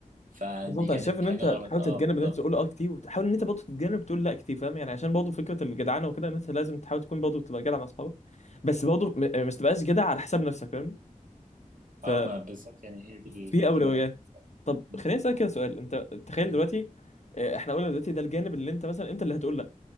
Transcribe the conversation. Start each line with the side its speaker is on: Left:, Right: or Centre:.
Right: فدي
Left: بالظبط
Right: كانت
Left: أنا شايف إن
Right: حاجه
Left: أنت
Right: غلط
Left: تحاول
Right: اه
Left: تتجنب
Right: بالظبط
Left: إن أنت تقول أه كتير وتحاول إن أنت برضه تتجنب تقول لا كتير فاهم يعني عشان برضه فكرة الجدعنة وكده إن أنت لازم تحاول تكون برضه تبقى جدع مع أصحابك بس برضه م- مش تبقاش جدع على حساب نفسك فاهمني
Right: اه ما بالظبط يعني هي دي
Left: في
Right: الحته
Left: اولويات
Right: اللي انا كنت
Left: طب
Right: م-
Left: خليني اسالك كده سؤال انت تخيل
Right: م-
Left: دلوقتي آه، احنا قلنا دلوقتي ده الجانب اللي انت مثلا انت اللي هتقول لا